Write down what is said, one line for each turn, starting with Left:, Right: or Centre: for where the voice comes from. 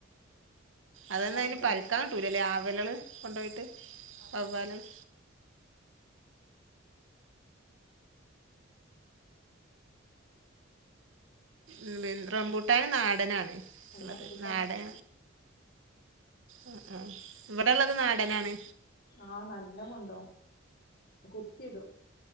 Right: അതന്നെ
Left: കാച്ചിട്ടില്ലേ
Right: അതിന് പറിക്കാൻ കിട്ടൂലല്ലേ ആവലള് കൊണ്ട് പോയിട്ട് വവ്വാലുകള് ഉം റംബൂട്ടന് നാടനാണ് ഉള്ളത്
Left: റംബൂട്ടാൻ
Right: നാടൻ ആ ആ ഇവിടെള്ളത് നാടനാണ്
Left: ആഹ് നല്ല കൊണ്ടോവും കുത്തിടും